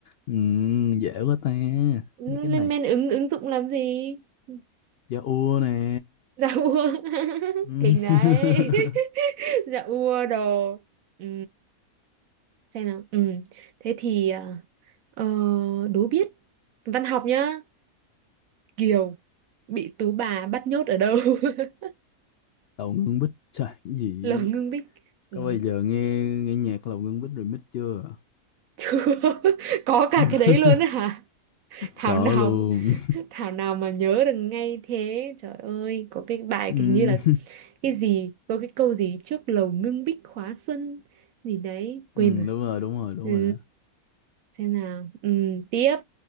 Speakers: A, on the left; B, on the right.
A: ừ, dễ quá ta
B: lên
A: mấy cái này
B: men ứng ứng dụng làm gì? Ừ.
A: da ua nè
B: dạ ua <laughs>
A: Ừ.
B: kinh đấy
A: <laughs>
B: <laughs> dạ ua đồ ừ. xem nào ừ. thế thì à, ờ, đố biết văn học nhá Kiều bị tú bà bắt nhốt ở đâu <laughs>
A: lầu ngưng bích trời cái gì
B: Lầu Ngưng Bích ừ.
A: có bao giờ nghe nghe nhạc lầu ngưng bích remix chưa
B: chưa <laughs> có cả
A: <laughs>
B: cái đấy luôn á hả thảo
A: cỡ
B: nào
A: luôn
B: <laughs> thảo nào mà nhớ được ngay thế trời ơi có cái bài
A: ừ. <laughs>
B: kiểu như là cái gì có cái câu gì trước lầu ngưng bích khóa xuân gì đấy quên
A: ừ,
B: rồi
A: đúng rồi đúng rồi đúng
B: ừ,
A: rồi đó
B: xem nào ừ, tiếp